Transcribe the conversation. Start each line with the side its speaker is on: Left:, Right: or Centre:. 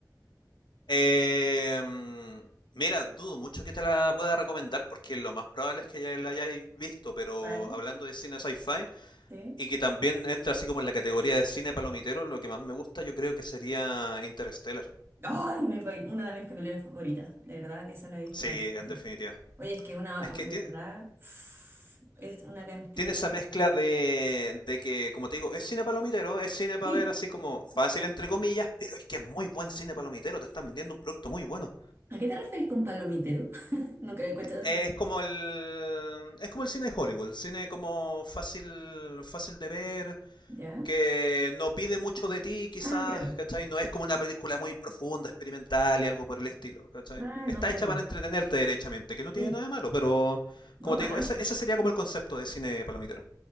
Left: Eh, mira, dudo mucho que te la pueda recomendar porque lo más probable es que ya la hayáis visto, pero
Right: ¿Cuál?
Left: hablando de cine sci-fi
Right: ¿sí?
Left: y que también entra así como en la categoría de cine palomitero, lo que más me gusta yo creo que sería Interstellar.
Right: ¡Ay! mi pe- una de mis películas favoritas, de verdad que eso lo he visto
Left: Sí,
Right: bastante.
Left: en definitiva.
Right: Oye, es que una,
Left: Es que
Right: de
Left: tiene,
Right: verdad, <sighs> es una cantidad.
Left: tiene esa mezcla de, de que, como te digo, es cine palomitero, es cine para
Right: Sí,
Left: ver así como fácil entre comillas, pero es que es muy buen cine palomitero, te están vendiendo un producto muy bueno.
Right: ¿A qué te referís con palomitero? <laughs> No creo que he escuchado
Left: Es
Right: ese-
Left: como el es como el cine de Hollywood, el cine como fácil fácil de ver,
Right: ¿Ya?
Left: que no pide mucho de ti, quizás,
Right: Ah, claro.
Left: ¿cachai? No es como una película muy profunda, experimental y algo por el estilo, ¿cachai?
Right: Ah,
Left: Está
Right: no, claro.
Left: hecha para entretenerte derechamente, que no tiene
Right: Sí,
Left: nada de malo, pero
Right: no,
Left: como
Right: para
Left: te digo, ese,
Right: nada.
Left: ese sería como el concepto de cine palomitero,